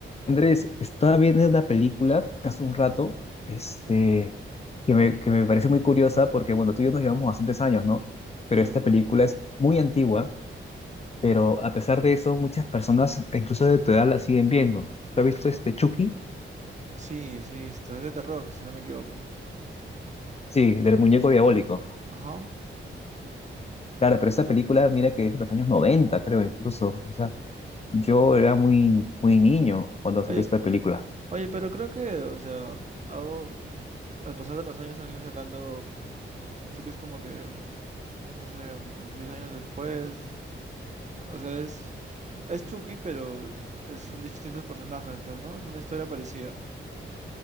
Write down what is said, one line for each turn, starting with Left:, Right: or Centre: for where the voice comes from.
Left: Andrés, estaba viendo una película hace un rato, este,
Right: Mm,
Left: que me, que me parece muy curiosa porque, bueno, tú y yo nos llevamos bastantes años, ¿no? Pero
Right: Claro.
Left: esta película es muy antigua, pero a pesar de eso, muchas personas, incluso de tu edad, la siguen viendo. ¿Tú has visto este Chucky?
Right: Sí, sí, esto es de terror, si no me equivoco.
Left: Sí, del muñeco diabólico.
Right: Ajá.
Left: Claro, pero esta película, mira que es de los años 90, creo, incluso. O sea, yo era muy, muy niño cuando
Right: Oye,
Left: salió esta película.
Right: oye, pero creo que, o sea, hago, al pasar de los años han ido sacando Chucky es como que, no sé, 10 años después. O sea, es, es Chucky, pero es- son distintos personajes, pues, ¿no? Es una historia parecida, si